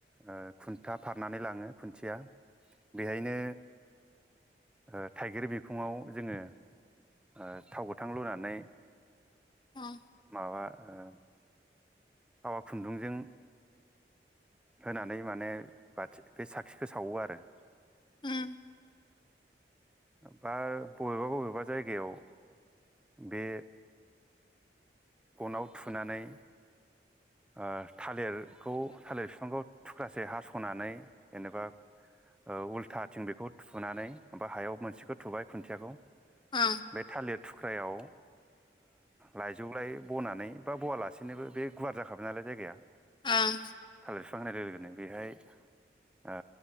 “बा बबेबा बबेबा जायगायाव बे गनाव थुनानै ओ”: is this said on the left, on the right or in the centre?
Centre